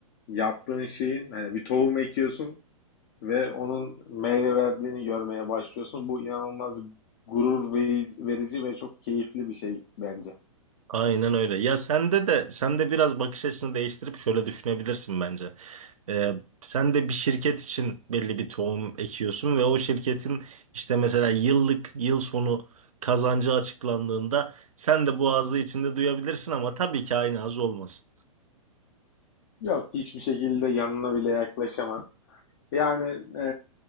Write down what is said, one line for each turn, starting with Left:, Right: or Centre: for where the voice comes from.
Left: yaptığın şeyin hani bir tohum ekiyorsun ve onun meyve verdiğini görmeye başlıyorsun. Bu inanılmaz gurur ve- verici ve çok keyifli bir şey bence.
Right: aynen öyle. Ya sende de sen de biraz bakış açını değiştirip şöyle düşünebilirsin bence. E, sen de bir şirket için belli bir tohum ekiyorsun ve o şirketin işte mesela yıllık yıl sonu kazancı açıklandığında sen de bu ağzı içinde duyabilirsin ama tabii ki aynı haz olmaz.
Left: Yok hiçbir şekilde yanına bile yaklaşamaz. Yani e,